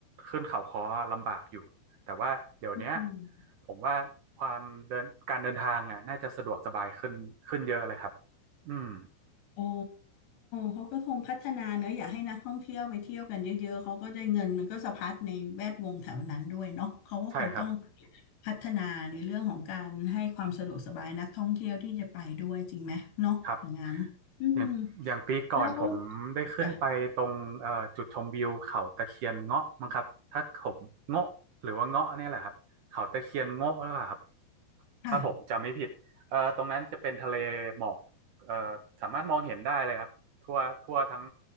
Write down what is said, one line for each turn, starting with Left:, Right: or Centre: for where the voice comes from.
Right: ขึ้นเขาค้อลำบากอยู่ แต่ว่าเดี๋ยวเนี้ย
Left: อืม
Right: ผมว่าความเดินการเดินทางอ่ะน่าจะสะดวกสบายขึ้นขึ้นเยอะเลยครับอืม
Left: อ๋อเขาก็คงพัฒนาเนอะอยากให้นักท่องเที่ยวไปเที่ยวกันเยอะๆเขาก็ได้เงินมันก็สะพัดในแวดวงแถวนั้นด้วยเนาะเขาก็คงต้อง
Right: ใช่ครับ
Left: พัฒนาในเรื่องของการให้ความสะดวกสบายนักท่องเที่ยวที่จะไปด้วยจริงไหมเนาะอย่างนั้นอืม
Right: ครับ อย่างอย่างปีก่อนผมได้ขึ้นไปตรงเอ่อจุดชมวิวเขาตะเคียนเงาะมั้งครับถ้าผมเงาะหรือว่าเงาะเนี่ยแหละครับเขาตะเคียนเงาะหล่าครับ
Left: แล้วอ่ะค่ะ
Right: ถ้าผมจำไม่ผิดเอ่อตรงนั้นจะเป็นทะเลหมอกเอ่อสามารถมองเห็นได้เลยครับทั่วทั่วทั้ง